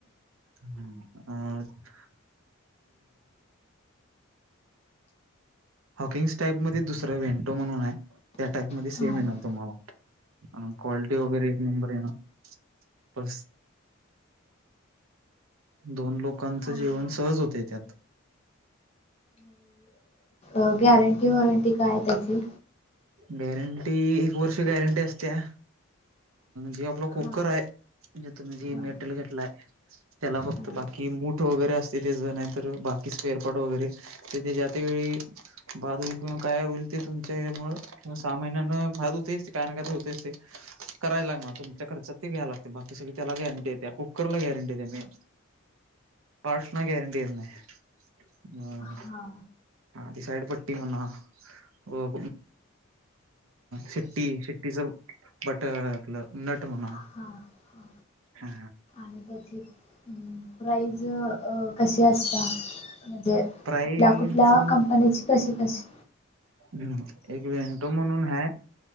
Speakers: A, on the right; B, on the left.
A: हम्म <unintelligible> हा <unintelligible> हॉकिंग्स टाईप मध्ये, दुसर व्हेंटो म्हणून आहे. त्या टाईप मध्ये सेम
B: हम्म
A: येणार तुम्हाला, क्वालिटी वगैरे एक नंबर येणार बस दोन लोकांचं
B: हा
A: जेवन सहज होतय त्यात.
B: अ गॅरंटी वॉरंटी काय हाय त्याची
A: गॅरंटी एक वर्ष गॅरंटी असते अ जे आपला
B: हा.
A: कुकर आहे म्हणे तुम्ही जे
B: हा
A: मेटल घेतलाय त्याला फक्त
B: हा
A: बाकी मूठ वगैरे असते ते जे नाही तर बाकी स्पेअरपॉट वगैरे तर ज्या त्या वेळी बाद होईल किंवा काय होईल ते तुम सहा महिन्यान बाद होतच ते काय ना काय ते होतेच ते करायला लागणार तुमच्या खर्चात ते घ्यायला लागते बाकी सगळे त्याला गॅरंटी येत्या कुकर ला गॅरंटी येत्या मेन पार्ट ना गॅरंटी येत नाही
B: हा
A: ती साईड पट्टी म्ह व शिट्टी शिट्टीच बटण आपलं नट म्हणा
B: हा हा.
A: ह
B: आणि त्याची प्राईज कशी अ असत्या म्हणजे
A: प्राईज
B: कुठल्या कुठल्या कंपनीची कशी कशी
A: हम् एक वेंटो म्हणून हाय